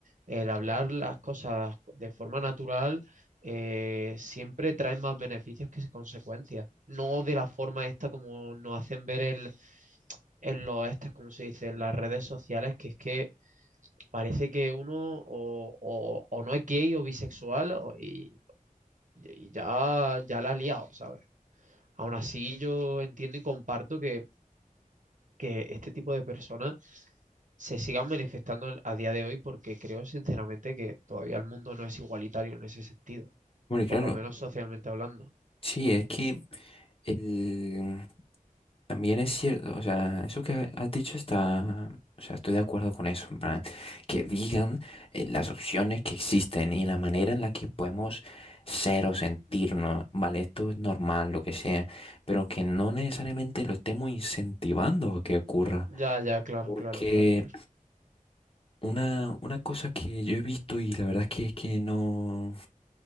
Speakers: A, on the right; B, on the left.
A: el hablar las cosas de forma natural eh, siempre trae más beneficios que consecuencias. No de la forma esta como nos hacen ver el, en los estes, como se dice, en las redes sociales, que es que parece que uno o, o- o no es gay o bisexual o- y, y ya, ya la ha liado, ¿sabes? Aún así, yo entiendo y comparto que, que este tipo de personas se sigan manifestando a día de hoy porque creo sinceramente que todavía el mundo no es igualitario en ese sentido,
B: Porque
A: por
B: claro,
A: lo menos socialmente hablando.
B: sí, es que... el, También es cierto, o sea, eso que has dicho está, o sea, estoy de acuerdo con eso, en plan, que digan eh, las opciones que existen y la manera en la que podemos ser o sentirnos, vale, esto es normal, lo que sea, pero que no necesariamente lo estemos incentivando a que ocurra,
A: Ya, ya, claro,
B: porque
A: claro, claro, claro.
B: una, una cosa que yo he visto y la verdad es que, es que no, o